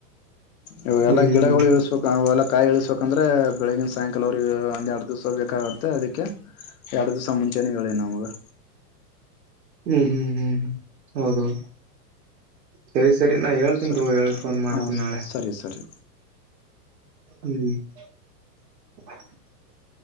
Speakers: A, on the left; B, on the right.
A: ಇವಾಗ
B: ಹ್ಮ್
A: ಎಲ್ಲಾ ಗಿಡಗಳು ಇರ್ಸ್ಬೇಕುಲ್ಲ ಕಾಯಿ ಇಳಿಸಬೇಕಂದ್ರೆ ಬೆಳಗಿನ ಸಾಯಂಕಾಲವ್ರಿಗೆ ಒಂದ ಎರಡು ದಿವ್ಸ ಬೇಕಾಗುತ್ತೆ ಅದಕ್ಕೆ ಎರಡು ದಿವ್ಸ ಮುಂಚೆನೇ ಹೇಳಿ ನಮಗೆ
B: ಹ್ಮ್ ಹ್ಮ್ ಹ್ಮ್ ಹೌದೌದು ಸರಿ ಸರಿ ನಾು ಹೇಳ್ತೀ
A: ಸರಿ
B: ತಗೋ ಹೇಳಕ್ ಫನ್ ಮಾಡತೀನಿ
A: ಹ
B: ನಾಳೆ
A: ಸರಿ ಸರಿ
B: ಹ್ಮ್ <inaudible>